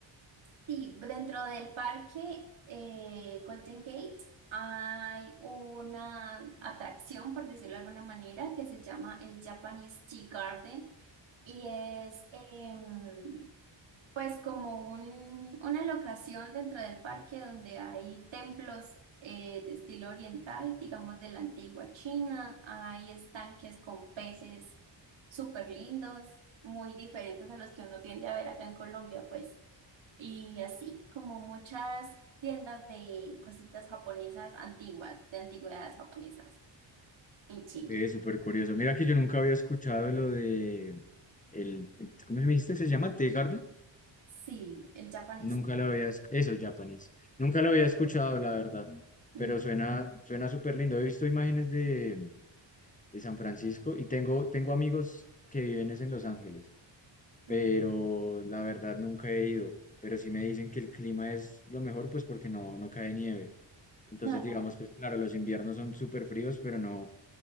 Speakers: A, on the right (about 70°); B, on the left (about 15°).
A: Sí, dentro del parque eh, Golden Gate hay una atracción, por decirlo de alguna manera, que se llama el Japanese Tea Garden y es em, pues como un- una locación dentro del parque donde hay templos eh, de estilo oriental, digamos de la antigua China, hay estanques con peces súper lindos, muy diferentes a los que uno tiende a ver acá en Colombia, pues. Y así como muchas tiendas de cositas japonesas antiguas, de antigüedades japonesas en China.
B: Es súper curioso. Mira que yo nunca había escuchado lo de el, el- ¿cómo se me dijiste que se llama? Tea Garden.
A: Sí, el japonés.
B: Nunca lo había, esc- eso, japonés. Nunca lo había escuchado, la verdad.
A: mm,
B: Pero suena, suena súper lindo. He visto imágenes de, de San Francisco y tengo, tengo amigos que viven es en Los Ángeles,
A: mm,
B: pero la verdad nunca he ido. Pero sí me dicen que el clima es lo mejor, pues porque no, no cae nieve. Entonces,
A: No, no,
B: digamos, pues claro, los inviernos son súper fríos, pero no.